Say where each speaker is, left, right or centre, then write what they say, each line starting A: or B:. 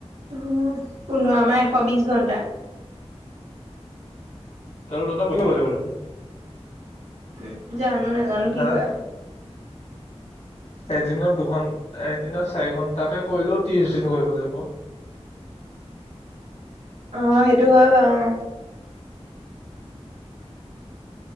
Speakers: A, on the right; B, on the left.
A: অ, পোন্ধৰ আমাৰ এশ বিশ ঘন্টা।
B: <unintelligible>
A: উম, জানো, নাজানো কি
B: হা
A: কৰে?
B: এদিনত দুঘন, এদিনত চাৰি ঘণ্টা কৰিলেও ত্ৰিশ দিন কৰিব লাগিব।
A: অ, সেইটো হয় বাৰু অ।